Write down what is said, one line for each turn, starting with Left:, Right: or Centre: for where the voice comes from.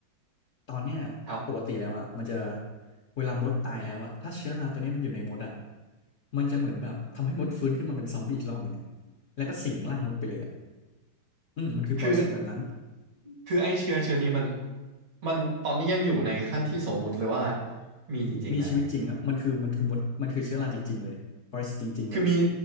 Left: ตอนเนี้ยปกติแล้วอ่ะมันจะ
Right: ครับ
Left: เวลามดตายแล้วอ่ะถ้าเชื้อราตัวเนี้ยมันอยู่ในมดอ่ะมันจะเหมือนแบบทำให้มดฟื้นขึ้นมาเป็นซอมบี้อีกรอบหนึ่งอ่ะแล้วก็สิงร่างมดไปเลยอ่ะอืมมันคือปรสิตแบบนั้น
Right: คือ คือไอเชื้อเชื้อนี้มัน มันตอนนี้ยังอยู่ในขั้นที่สมมุติเลยว่า มีจริงๆแล้ว
Left: มีชีวิตจริงครับมันคือมันคือมดมันคือเชื้อราจริงๆเลยปรสิตจริงๆเลย
Right: คือมี